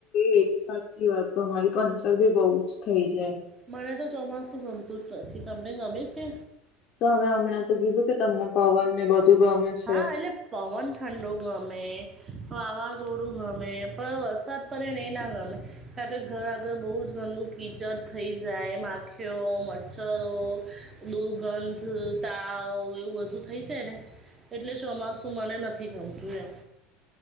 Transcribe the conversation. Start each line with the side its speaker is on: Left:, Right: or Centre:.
Left: એજ સાચી વાત, તો તમારી પંચર ભી બહુ જ થઇ જાય.
Right: મને તો ચોમાસું ગમતું જ નથી, તમને ગમે છે?
Left: તો અમે હમણાં તો કીધું કે, તમને પવન ને બધું ગમે છે.
Right: હા, એટલે પવન ઠંડો ગમે, વાવાઝોડું ગમે, પણ વરસાત પણ એ એ ના ગમે કારણ કે, ઘર આગળ બહુ જ ગંદુ કીચડ થઈ જાય, એમ આખી યો મચ્છરો, દુર્ગંધ, તાવ એવું બધું થઈ જાય ને. એટલે ચોમાસું મને નથી ગમતું એમ.